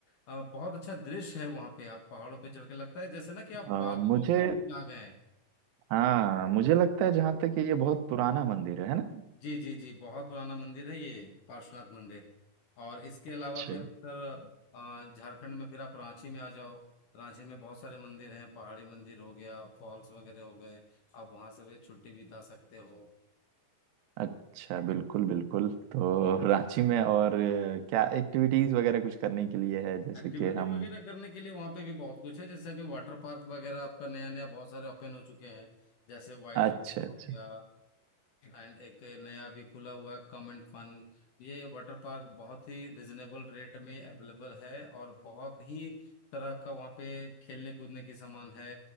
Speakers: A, on the left; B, on the right.
A: अ, बहुत अच्छा दृश्य है वहां पे आप पहाड़ों पे चढ़ के लगता है जैसे ना कि आप
B: आ,
A: बादलों
B: मुझे
A: के बीच आ गए
B: हाँ मुझे लगता है जहाँ तक कि ये बहुत पुराना मंदिर है है ना
A: जी जी जी बहुत पुराना मंदिर है ये पार्श्वनाथ मंदिर और इसके
B: अच्छा
A: अलावा फिर सर अ, झारखंड में फिर आप रांची में आ जाओ रांची में बहुत सारे मंदिर हैं पहाड़ी मंदिर हो गया फॉल्स वगैरह हो गए आप वहां से भी छुट्टी बिता सकते हो
B: अच्छा बिल्कुल बिल्कुल तो <laughs> रांची में और अ, क्या एक्टिविटीज वगैरह कुछ करने के लिए है जैसे
A: एक्टिविटी
B: कि हम
A: वगैरह करने के लिए वहां पे भी बहुत कुछ है जैसे अभी वाटर पार्क वगैरह आपका नया नया बहुत सारे ओपन हो चुके हैं जैसे वाइल्ड
B: अच्छा
A: हो
B: अच्छा
A: गया एंड एक नया भी खुला हुआ है कम एंड फन ये वाटर पार्क बहुत ही रिजनेबल रेट में अवेलेबल है और बहुत ही तरह का वहाँ पे खेलने कूदने की सामान है